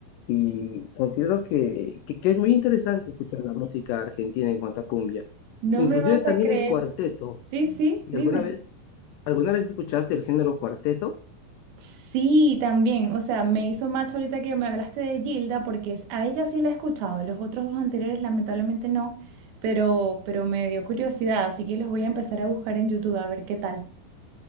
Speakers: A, on the left; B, on the right.
A: Y considero que, que, que es muy interesante escuchar la música argentina en cuanto a cumbia.
B: no
A: Inclusive
B: me vas
A: también
B: a creer.
A: el cuarteto.
B: Sí, sí,
A: ¿Y
B: dime.
A: alguna vez, alguna vez escuchaste el género cuarteto?
B: Sí, también, o sea, me hizo match ahorita que me hablaste de Gilda, porque es- a ella sí la he escuchado, los otros dos anteriores lamentablemente no, pero, pero me dio curiosidad, así que los voy a empezar a buscar en YouTube a ver qué tal.